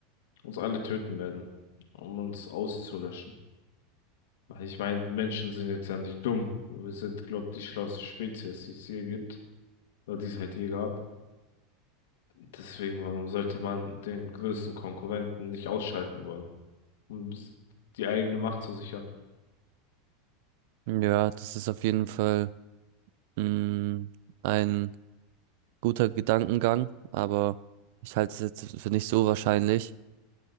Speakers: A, on the left (about 75°); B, on the right (about 65°).
A: uns alle töten werden, um uns auszulöschen. Weil Ich meine, Menschen sind jetzt ja nicht dumm. Wir sind, glaube ich, die schlauste Spezies, die es je gibt. Oder die es halt je gab. Deswegen, warum sollte man den größten Konkurrenten nicht ausschalten wollen, um s- die eigene Macht zu sichern?
B: ja, das ist auf jeden Fall mh, ein guter Gedankengang, aber ich halte es jetzt für nicht so wahrscheinlich.